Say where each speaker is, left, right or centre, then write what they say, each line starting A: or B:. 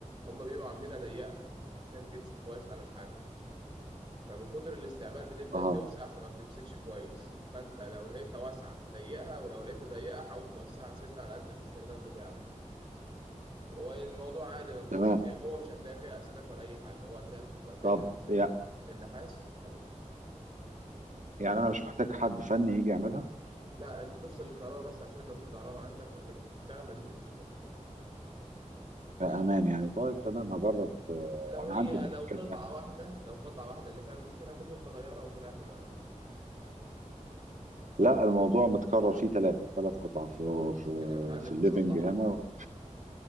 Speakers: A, on the right (about 35°); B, on the right (about 75°).
A: هما بيبقوا عاملينها ضيقة عشان تمسك كويس على الحاجة فمن كتر الاستعمال بتبدأ
B: اه
A: توسع فما بتمسكش كويس فأنت لو لقيتها واسعة ضيقها ولو لقيتها ضيقة حاول توسعها سنة على قد الاستخدام بتاعك والموضوع عادي ما فيهوش
B: تمام
A: هي جوه مش هتلاقي فيها أسلاك ولا أي حاجة هو هتلاقي القطعتين
B: طب
A: ال-
B: يا
A: النحاس خلاص
B: يعني انا مش محتاج حد فني يجي يعملها
A: لا أنت تفصل الكهرباء بس عشان لو في كهرباء عندك وأنت بتفكها ما تتأذيش بس
B: في امان يعني طيب تمام هجرب
A: ولو
B: انا
A: هي
B: عندي مفكات
A: لو قطعة
B: يعني
A: واحدة لو قطعة واحدة اللي فيها المشكلة ممكن تغيرها وتريح دماغك يعني
B: لا الموضوع متكرر فيه ثلاثه ثلاث قطع في
A: خلاص
B: في
A: كده تتعلم
B: في الليفنج
A: تصلحها
B: هنا
A: بقى